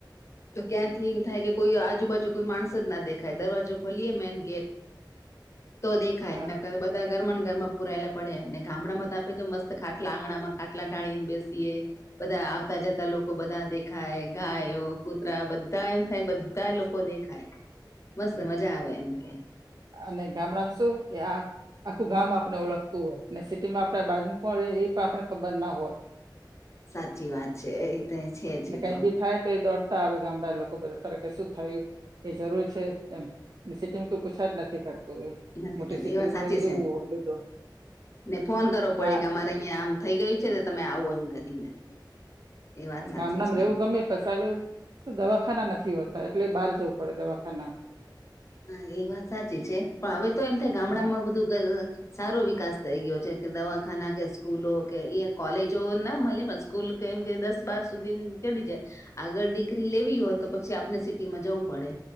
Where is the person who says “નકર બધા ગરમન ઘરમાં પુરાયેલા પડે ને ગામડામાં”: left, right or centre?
Left